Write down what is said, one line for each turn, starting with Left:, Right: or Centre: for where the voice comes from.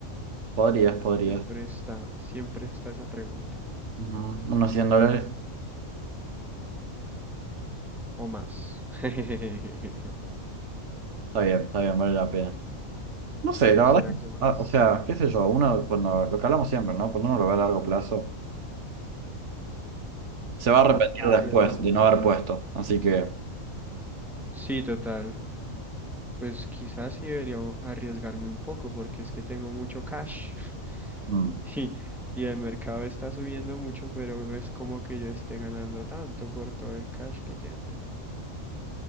Right: Podrías, podrías.
Centre: Siempre está, siempre está esa pregunta.
Right: Ujú, Unos 100 dólares.
Centre: ¿O más? <laughs>
Right: Está bien, está bien, vale la pena. No sé, la
Centre: ¿O
Right: verdad,
Centre: será que más?
Right: ah, o sea, qué sé yo, uno cuando, lo que hablamos siempre, ¿no? Cuando uno lo ve a largo plazo, se va
Centre: ¿Nos
Right: a arrepentir
Centre: arriesgamos?
Right: después de no haber puesto. Así que...
Centre: Sí, total. Pues quizás sí debería u- arriesgarme un poco porque es que tengo mucho cash
Right: mm.
Centre: <laughs> y, y el mercado está subiendo mucho, pero no es como que yo esté ganando tanto por todo el cash que tengo.